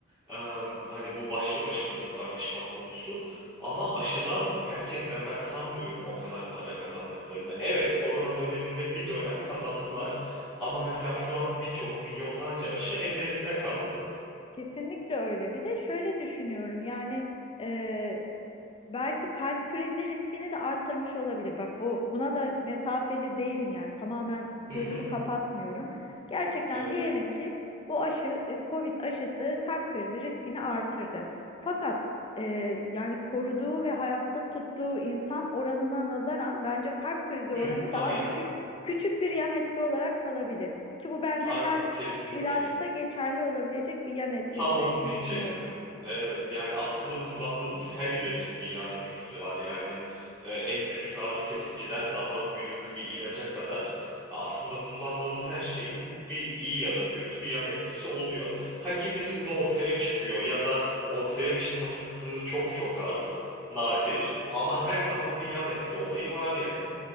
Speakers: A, in the centre; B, on the left (about 25°).
A: Em, hani bu başlı başına bir tartışma konusu. Ama aşıdan gerçekten ben sanmıyorum o kadar para kazandıklarını. Evet, korona döneminde bir dönem kazandılar. Ama mesela şu an birçok milyonlarca aşı ellerinde kaldı.
B: Kesinlikle öyle. Bir de şöyle düşünüyorum yani eee, Belki kalp krizi riskini de artırmış olabilir. Bak bu buna da mesafeli değilim yani. Tamamen gözümü
A: Hı hı,
B: kapatmıyorum. Gerçekten
A: evet.
B: diyelim ki bu aşı e, Covid aşısı kalp krizi riskini artırdı. Fakat e, yani koruduğu ve hayatta tuttuğu insan oranına nazaran bence kalp krizi
A: Hı,
B: oranı
A: aynen,
B: daha düşük, küçük bir yan etki olarak kalabilir. Ki bu bence
A: aynen,
B: her
A: kesinlikle.
B: ilaçta geçerli olabilecek bir yan etki
A: Tam
B: gibi
A: onu diyecektim.
B: düşünüyorum.
A: Evet yani aslında kullandığımız her ilacın bir yan etkisi var. Yani e, en küçük ağrı kesiciden daha büyük bir ilaca kadar aslında kullandığımız her şeyin bir iyi ya da kötü bir yan etkisi oluyor. Ha kimisinde ortaya çıkıyor ya da ortaya çıkma sıklığı çok çok az, nadir ama her zaman bir yan etki olayı var yani.